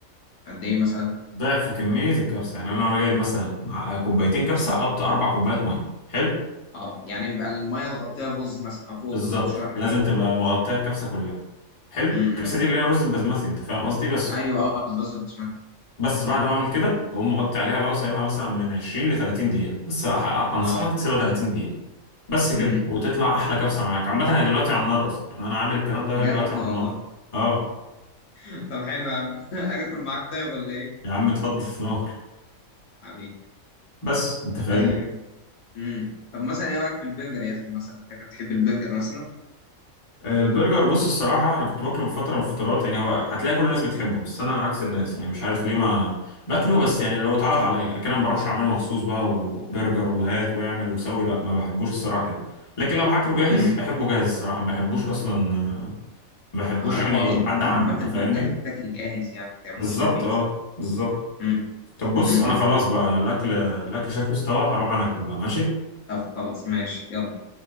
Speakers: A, on the left; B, on the left.
A: قد ايه مثلا؟
B: ضعف كميه الكبسه يعني انا لو انا جايب مثلا مع- آه، كوبايتين كبسه احط اربع كوبايات ميه حلو
A: اه يعني بيبقى الميه اللي غطيها رز مثلا او فوق
B: بالظبط
A: الرز بشويه حلوين
B: لازم تبقى مغطيه الكبسه كلها حلو
A: امم
B: الكبسه دي اللي هي الرز البسمتي انت فاهم قصدي بس
A: ايوه اه الرز بسمك
B: بس بعد ما اعمل كده بقوم مغطي عليها بقى وسايبها مثلا من 20 ل 30 دقيقه بس أح- انصحك
A: اه
B: تسيبها 30 دقيقه بس كده
A: امم
B: وتطلع احلى كبسه معاك عامه هي دلوقتي على النار اصلا يعني انا عامل الكلام ده
A: بجد
B: وهي دلوقتي على
A: والله
B: النار اه
A: <laughs> طب حلو يا عم <laughs> اجي اكل معاك طيب ولا ايه؟
B: يا عم اتفضل نور
A: حبيبي
B: بس انت فاهم
A: طيب امم طب مثلا ايه رايك في البرجر يا اسطى مثلا انت بتحب البرجر مثلا
B: البرجر بص الصراحة أنا كنت باكله في فترة من الفترات يعني هو هتلاقي كل الناس بتحبه بس أنا عكس الناس يعني مش عارف ليه ما باكله بس يعني اللي هو اتعرض عليا لكن أنا ما بروحش أعمله مخصوص بقى وبرجر وهات واعمل وسوي لا ما بحبوش الصراحة كده لكن لو هاكله جاهز
A: امم
B: بحبه جاهز الصراحة ما بحبوش أصلا ما بحبوش
A: اه لا
B: يعني
A: هو اظن
B: حد عامله
A: اصلا عامه
B: أنت
A: البرجر
B: فاهمني؟
A: يتاكل جاهز يعني ما تعملوش
B: بالظبط
A: في البيت
B: أه
A: يعني
B: بالظبط
A: امم
B: طب بص
A: امم
B: أنا خلاص بقى أنا الأكل الأكل شكله استوى هروح أنا أكل بقى ماشي؟
A: طب خلاص ماشي يلا